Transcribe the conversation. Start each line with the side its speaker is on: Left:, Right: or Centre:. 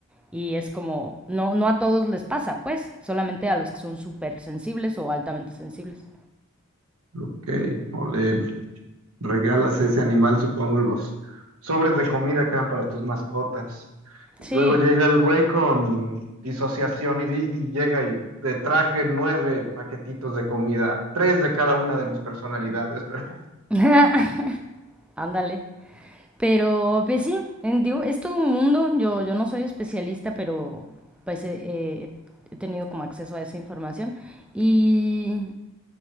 Centre: Y es como, no, no a todos les pasa, pues, solamente a los que son súper sensibles o altamente sensibles.
Right: Ok. Ole. Regalas a ese animal, supongo, los sobres de comida que eran para tus mascotas.
Centre: Sí.
Right: Luego llega el güey con disociación y, di- y llega y te traje nueve paquetitos de comida, tres de cada una de mis personalidades, pero
Centre: <laughs> Ándale. Pero pues sí, en- digo, es todo un mundo. Yo, yo no soy especialista, pero pues eh, eh, he tenido como acceso a esa información. Y,